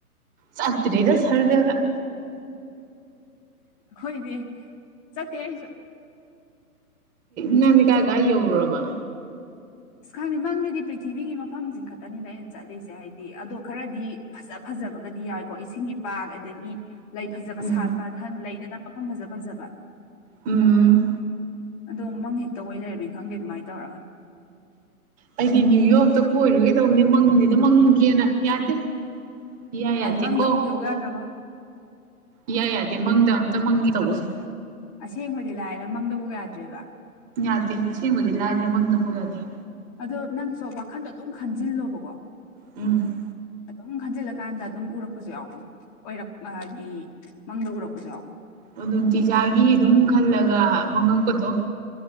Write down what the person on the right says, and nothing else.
ꯆꯠꯇ꯭ꯔꯤꯗ ꯁꯒ꯭ꯔꯒ
ꯅꯪꯗꯤ ꯀꯥꯏ ꯀꯥꯏ ꯌꯧꯔꯨꯔꯕ
ꯎꯝ
ꯎꯝ
ꯑꯩꯗꯤ ꯅꯤꯌꯣꯛ ꯑꯝꯇ ꯀꯣꯏꯔꯨꯒꯦ ꯇꯧꯕꯅꯤ ꯃꯪꯖꯦ ꯑꯝꯇ ꯃꯪꯒꯦꯅ ꯌꯥꯗꯦ ꯏꯌꯥ ꯌꯥꯗꯦꯀꯣ
ꯏꯌꯥ ꯌꯥꯗꯦ ꯃꯪꯗ ꯑꯝꯇ ꯃꯪꯒꯦ ꯇꯧꯕꯁꯦ
ꯌꯥꯗꯦ ꯑꯁꯦꯡꯕꯗꯤ ꯂꯥꯏꯔꯗꯅ ꯃꯪꯗꯐꯥꯎ ꯌꯥꯗꯦ
ꯎꯝ
ꯑꯣ ꯅꯨꯡꯇꯤꯖꯥꯢꯒꯤ ꯑꯗꯨꯝ ꯈꯜꯂꯒ ꯃꯪꯉꯛꯄꯗꯣ